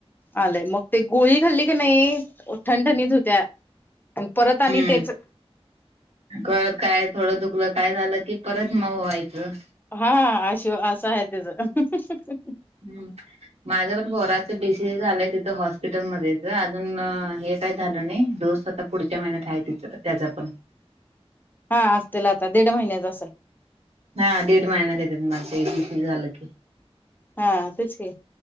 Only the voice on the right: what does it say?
हम्म
करत काय थोडं दुखलं काय झालं की परत मग व व्हायचं.
ह माझ्या पण बोराच बीसी झालंय तिथं हॉस् हॉस्पिटलमध्येध्येच अजून हे काय झालं नाही डोस आता पुढच्या महिन्यात आहे ति त्याचा पण
ह दीड महिना देते माण झालं की.